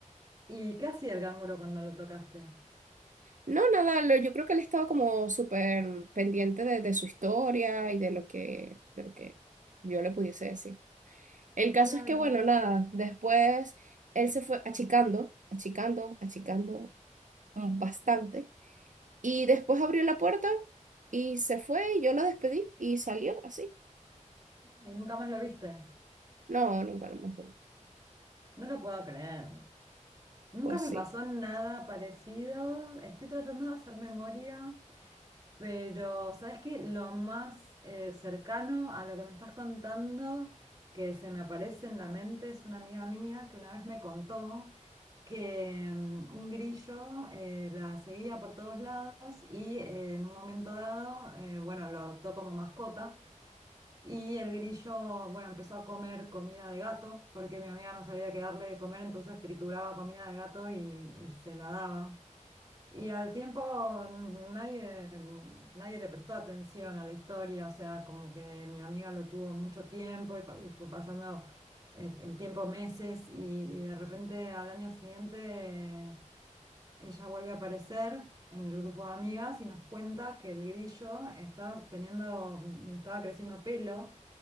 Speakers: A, on the right; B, on the right.
A: ¿Y qué hacía el canguro cuando lo tocaste?
B: No, nada, lo- yo creo que él estaba como súper pendiente de, de su historia y de lo que, de lo que yo le pudiese decir. El caso
A: Claro.
B: es que, bueno, nada, después él se fue achicando, achicando, achicando mm, bastante. Y después abrió la puerta y se fue y yo lo despedí y salió así.
A: ¿Y nunca más lo viste?
B: No, nunca lo mejor.
A: No lo puedo creer. Nunca
B: Fue así.
A: me pasó nada parecido. Estoy tratando de hacer memoria, pero ¿sabes qué? Lo más eh, cercano a lo que me estás contando que se me aparece en la mente es una amiga mía que una vez me contó que mm, un grillo eh, la seguía por todos lados y eh, en un momento dado, eh, bueno, lo adoptó como mascota. Y el grillo, bueno, empezó a comer comida de gato, porque mi amiga no sabía qué darle de comer, entonces trituraba comida de gato y, y se la daba. Y al tiempo mm, nadie, nadie le prestó atención a la historia, o sea, como que mi amiga lo tuvo mucho tiempo y, pa- y fue pasando eh, el tiempo meses y, y de repente al año siguiente ella vuelve a aparecer en el grupo de amigas y nos cuenta que el grillo estaba teniendo, estaba creciendo pelo